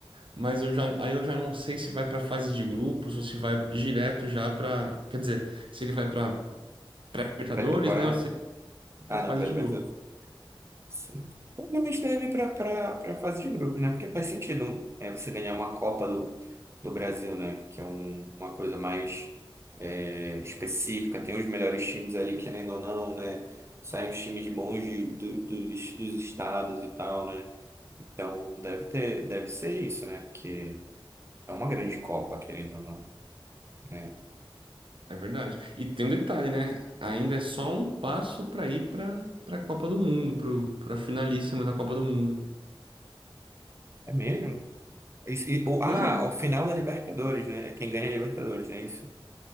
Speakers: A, on the right; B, on the right.
A: Mas eu já, aí eu já não sei se vai para fase de grupos ou se vai direto já para, quer dizer, se ele vai para Libertadores,
B: Pré-temporada...
A: né, ou se para
B: Ah,
A: fase
B: não, pré-libertadores.
A: de grupos.
B: Sim. Provavelmente deve ir para a fase de grupo, né? Porque faz sentido um, é, você ganhar uma Copa do, do Brasil, né? Que é um- uma coisa mais é, específica. Tem os melhores times ali, querendo ou não, né? Saem os times bons de, do- dos, dos estados e tal, né? Então deve ter, deve ser isso, né? Porque é uma grande Copa, querendo ou não, né?
A: É verdade. E tem um detalhe, né? Ainda é só um passo para ir para para a Copa do Mundo, para a finalíssima da Copa do Mundo.
B: É mesmo? Isso- e- ou-
A: Pois
B: ah,
A: é.
B: o final da Libertadores, né? É quem ganha a Libertadores, não é isso?